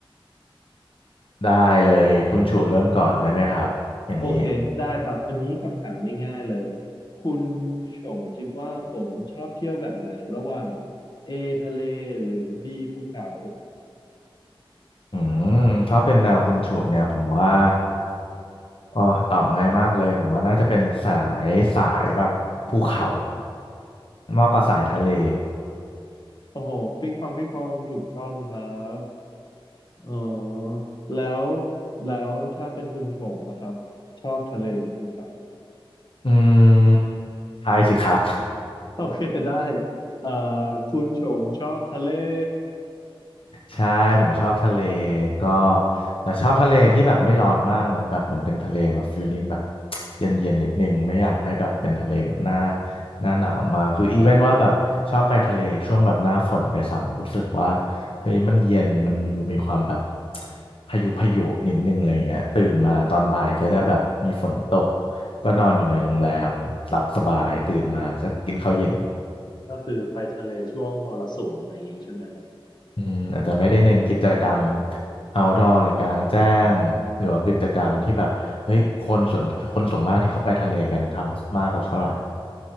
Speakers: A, on the left; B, on the left.
A: ได้เลยคุณชูเริ่มก่อนได้ไหมครับอย่างนี้
B: โอเคได้ครับอันนี้คำถามง่ายๆเลยคุณชงคิดว่าผมชอบเที่ยวแบบไหนระหว่าง A ทะเลหรือ B ภูเขา
A: อืมถ้าเป็นแนวคุณชูเนี่ยผมว่าเออตอบง่ายมากเลยผมว่าน่าจะเป็นสายสายแบบภูเขามากกว่าสายทะเล
B: โอ้โหปิ้งปองปิ้งปองถูกต้องครับอ๋อแล้วแล้วถ้าเป็นคุณชงล่ะครับชอบทะเลหรือภูเขา
A: อืมทายสิครับ
B: โอเคได้เอ่อคุณชงชอบทะเล <laughs>
A: ใช่ผมชอบทะเลก็แต่ชอบทะเลที่แบบไม่ร้อนมากเนอะแบบเหมือนเป็นทะเลแบบฟีลลิ่งแบบ <tsk> เย็นเย็นนิดนึงไม่อยากให้แบบเป็นทะเลแบบหน้าหน้าหนาวมากคืออีเวนว่าแบบชอบไปทะเลช่วงแบบหน้าฝนไปซ้ำรู้สึกว่าเฮ้ยมันเย็นมันดูมีความแบบ <tsk> พายุพายุนิดนึงอะไรเงี้ยตื่นมาตอนบ่ายก็จะแบบมีฝนตก
B: อืม
A: ก็นอนอยู่ในโรงแรมหลับสบายตื่นมาก็กินข้าวเย็น
B: อืมก็คือไปทะเลช่วงมรสุมอะไรอย่างงี้ใช่ไหมครับ
A: อืมอาจจะไม่ได้เน้นกิจกรรม outdoor หรือกลางแจ้งหรือว่ากิจกรรมที่แบบเฮ้ยคนส่วนคนส่วนมากที่เข้าไปทะเลกันทำมากสักเท่าไหร่